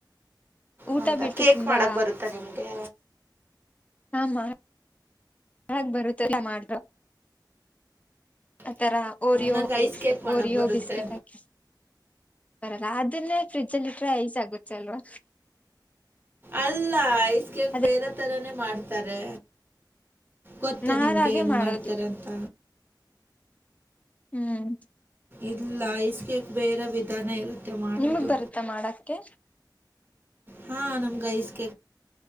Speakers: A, on the left; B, on the right.
A: ಊಟ
B: ಹೌದಾ
A: ಬಿಟ್ಟು
B: ಕೇಕ್
A: ತುಂಬಾ
B: ಮಾಡಕ್ ಬರುತ್ತಾ ನಿಮ್ಗೆ
A: ಆಾಮ ಹಾಗ ಬರುತ್ತಲ್ಲ ಮಾಡರು ಆತರ <unintelligible> ಓರಿಯೋಕ್
B: ನಂಗೆ ಐಸ್ ಕೇಕ್ ಮಾಡಕ್
A: ಓರಿಯೋ
B: ಬರುತ್ತೆ
A: ಬಿಿಸಕೆಟ್ ಬರಲ್ಲ ಆದನ್ನೇ ಫ್ರಿಜಲ್ಲಿ ಇಟ್ರೆ ಐಸ್ ಆಗುತ್ತೆ ಅಲ್ವಾ
B: ಅಲ್ಲ
A: ಅದ
B: ಬೇರೆ ತರಾನೇ ಮಾಡ್ತಾರೆ ಗೊತ್ತ
A: ನಾನ್
B: ನಿಮ್ಗೆ
A: ಹಾಗೆ
B: ಹೆಂಗ್
A: ಮಾಡೋದು
B: ಮಾಡ್ತಾರೆ ಅಂತ
A: ಹ್ಮ್
B: ಇಲ್ಲ ಐಸ್ ಕೇಕ್ ಬೇರೆ ವಿಧಾನ ಇರುತ್ತೆ ಮಾಡೋದು
A: ನಿಮಗ್ ಬರುತ್ತಾ ಮಾಡಕ್ಕೆ
B: ಹಾ ನಮ್ಗ ಐಸ್ಕ್